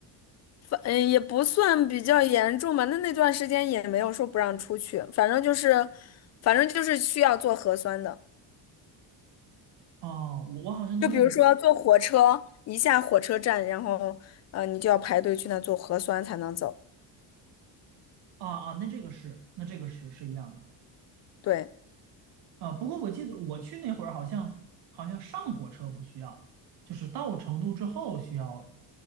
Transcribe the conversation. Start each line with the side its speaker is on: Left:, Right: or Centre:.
Left: <laughs> 反嗯也不算比较严重吧，那那段时间也没有说不让出去，反正就是，反正就是需要做核酸的。
Right: 哦，我我好像都没有印
Left: 就比如说坐火车，一下火车站，然后呃你就要排队去那做核酸才能走。
Right: 啊啊，那这个是那这个是是一样的。
Left: 对。
Right: 啊，不过我记得我去那会儿好像好像上火车不需要，就是到成都之后需要